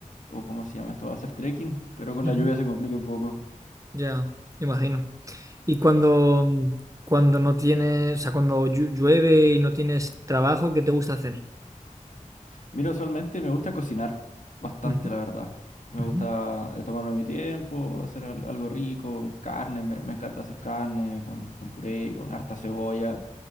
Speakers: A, on the left; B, on the right.
A: o ¿cómo se llama esto? A hacer trekking, pero con
B: Ujú,
A: la lluvia se complica un poco.
B: Ya, imagino. Y cuando, cuando no tienes, o sea, cuando llu- llueve y no tienes trabajo, ¿qué te gusta hacer?
A: Mira, usualmente me gusta cocinar bastante,
B: Ujú,
A: la verdad. Me
B: ujú.
A: gusta eh, tomarme mi tiempo, hacer al- algo rico, carne, me, me encanta hacer carne con, con puré, con harta cebolla.